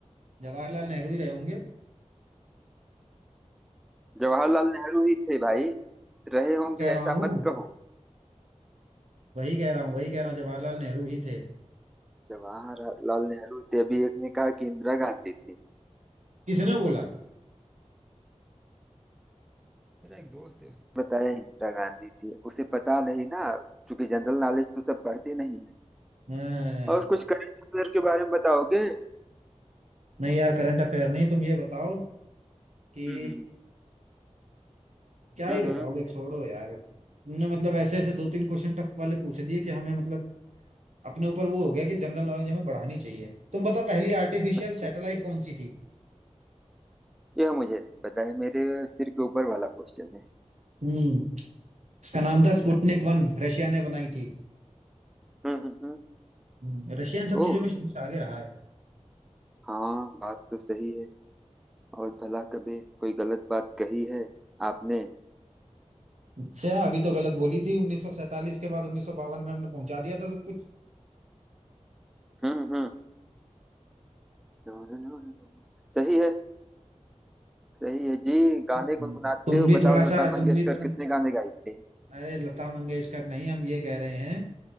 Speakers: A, on the right; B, in the centre.
A: जवाहरलाल नेहरू ही रहे होंगे
B: जवाहरलाल नेहरू ही थे भाई रहे होंगे
A: कह रहा
B: ऐसा
A: हूँ
B: मत कहो
A: वही कह रहा हूँ वही कह रहा हूँ जवाहरलाल नेहरू ही थे
B: जवाहरलाल नेहरू थे अभी एक ने कहा कि इंदिरा गांधी थी
A: किसने बोला
B: मेरा एक दोस्त है उसने बताया इंदिरा गांधी थी उसे पता नहीं ना क्योंकि जनरल नॉलेज तो सब पढ़ते नहीं है
A: अ,
B: और कुछ करंट अफेयर के बारे में बताओगे
A: नहीं यार करंट अफेयर नहीं तुम ये बताओ कि
B: हम्म
A: क्या ही
B: हम्म हम्म,
A: बताओगे
B: हम्म।
A: छोड़ो यार तुमने मतलब ऐसे ऐसे दो तीन क्वेश्चन टफ वाले पूछ दिए कि हमें मतलब अपने ऊपर वो हो गया कि जनरल नॉलेज हमें बढ़ानी चाहिए तुम बताओ पहली आर्टिफिशियल
B: अच्छा
A: सैटेलाइट कौन सी थी
B: यह मुझे नहीं पता है मेरे सिर के ऊपर वाला क्वेश्चन है
A: हम्म इसका नाम था
B: जी
A: स्पुतनिक
B: हाँ जी हाँ
A: वन रशिया ने बनाई थी
B: हम्म हम्म हम्म।
A: हम्म, रशिया इन सब
B: ओह
A: चीजों में शुरू से आगे रहा है
B: हाँ बात तो सही है और भला कभी कोई गलत बात कही है आपने
A: अच्छा अभी तो गलत बोली थी 1947 के बाद 1952 में हमने पहुंचा दिया था सब कुछ
B: हम्म हम्म No no no no no no. सही है सही है जी गाने
A: हम्म।
B: गुनगुनाते
A: तुम
B: हो
A: भी
B: बताओ
A: थोड़ा
B: लता
A: सा
B: मंगेशकर
A: तुम भी तुम
B: कितने गाने गाई थी
A: अरे लता मंगेशकर नहीं हम ये कह रहे हैं